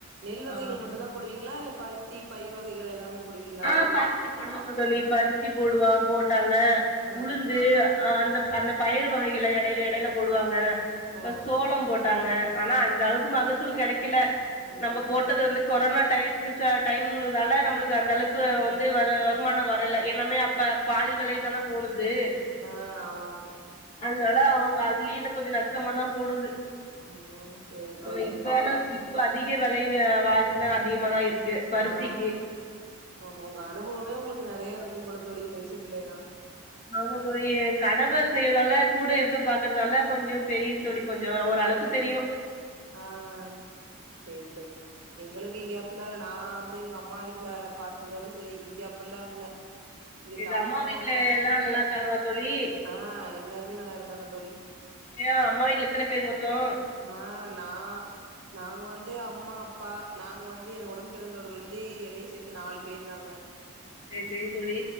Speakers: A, on the right; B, on the left.
A: நெல் வகைகள்
B: ஆமா தோழி
A: மட்டு தான் போடுவீங்களா இல்ல பருத் தீ பயிர் வகைகள் எல்லாமே போடுவீங்களா
B: ஆ
A: வயல்ல
B: பருத்தி போடுவ தோழி பருத்தி போடுவா போட்
A: ஆ
B: உளுந்து அந்தப் அந்தப் பயிர் வகைகள எடையில எடையில போடுவாங்க
A: ஓ
B: சோளம் போட்டாங்க ஆனா அந்த அளவுக்கு மகசூல் கெடைக்கல கெடக்கில்ல
A: ஓ
B: நம்ம போட்டது வந்து கொரோனா டைம்ங்கறதால நம்மளுக்கு அந்த அளவுக்கு வந்து வ வருமானம் வரல என்னமே அப்ப பாதி விலை தானே போனுது
A: ஆஹ் ஆமா
B: அதனால அவுங்க அதுலயும் இன்னும் கொஞ்சோம் நஷ்டமா தான் போடுது
A: அலோ சேரி
B: ஆமா
A: தோழி
B: இப்ப ஆனா இப்ப அதிக வெலைவு வாசினா அதிகமா தான் இருக்கு இருக்கு பருத்திக்கு
A: ஆ ஆமா உங்க அனுபவமே உங்களுக்கு நறைய இருக்கும் போல தோழி இந்த விஷயத்துலலாம்
B: ஆமா தோழி என் கணவர் செய்றதால கூட இருந்து பாக்குறதால கொஞ்சோம் தெரியும் தோழி கொஞ்சோம் ஓரளவுக்கு தெரியும்
A: ஆ ஆ சேரி தோழி எங்களுக்கு இங்க அப்லாம் இல்ல நான் வந்து எங்க அம்மா வீட்ல பாத்ததோட சேரி இங்க அப்லாம் இல்ல
B: இது
A: டவுன்
B: அம்மா
A: பக்கோங்கற
B: வீட்ல எல்லாம் நல்லா இருக்காங்களா தோழி
A: ஆ எல்லாருமே நல்லா இருக்காங்க தோழி
B: ஏ அம்மா வீட்ல எத்தன பேர் மொத்தம்
A: ஆ நான் நாங்க வந்து அம்மா அப்பா நாங்க வந்து என் ஒடன் பிறந்தவர்கள் வந்து என்னையும் சேத்து நாலு பேரு நாங்க
B: சேரி சேரி தோழி